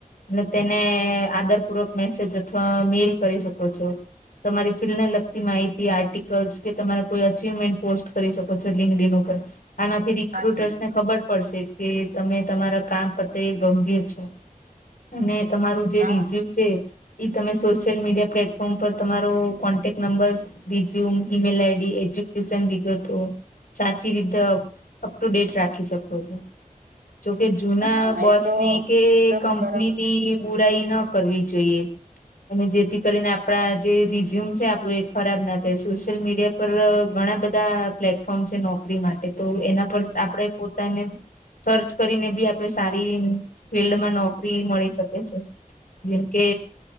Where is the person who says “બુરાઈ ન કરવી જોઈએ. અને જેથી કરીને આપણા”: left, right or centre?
Left